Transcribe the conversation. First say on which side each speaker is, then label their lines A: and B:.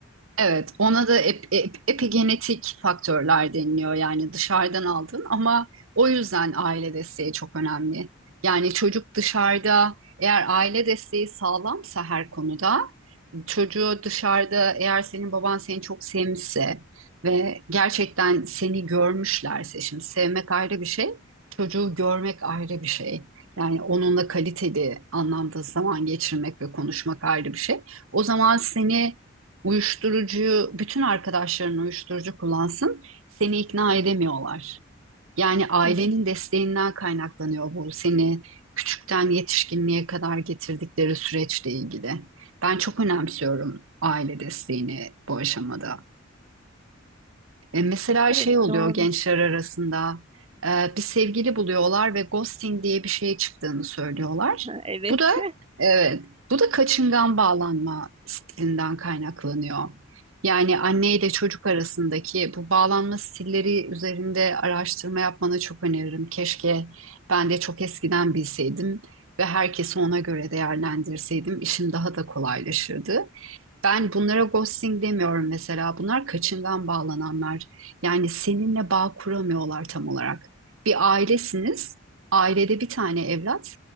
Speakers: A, on the right; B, on the right.
A: Evet, ona da ep- ep- epigenetik faktörler deniliyor yani dışarıdan aldın ama o yüzden aile desteği çok önemli. Yani çocuk dışarıda eğer aile desteği sağlamsa her konuda çocuğu dışarıda eğer senin baban seni çok sevmişse ve gerçekten seni görmüşlerse şimdi sevmek ayrı bir şey, çocuğu görmek ayrı bir şey. Yani onunla kaliteli anlamda zaman geçirmek ve konuşmak ayrı bir şey. O zaman seni uyuşturucu, bütün arkadaşların uyuşturucu kullansın, seni ikna edemiyorlar. Yani ailenin
B: Evet.
A: desteğinden kaynaklanıyor bu seni küçükten yetişkinliğe kadar getirdikleri süreçle ilgili. Ben çok önemsiyorum aile desteğini bu aşamada. E, Mesela
B: Evet
A: şey oluyor
B: doğru.
A: gençler
B: <laughs>
A: arasında e, bir sevgili buluyorlar ve ghosting diye bir şey çıktığını söylüyorlar.
B: Evet.
A: Bu da evet bu da kaçıngan bağlanma stilinden kaynaklanıyor. Yani anne ile çocuk arasındaki bu bağlanma stilleri üzerinde araştırma yapmanı çok öneririm. Keşke ben de çok eskiden bilseydim ve herkesi ona göre değerlendirseydim işim daha da kolaylaşırdı. Ben bunlara ghosting demiyorum mesela. Bunlar kaçıngan bağlananlar. Yani seninle bağ kuramıyorlar tam olarak. Bir ailesiniz. Ailede bir tane evlat.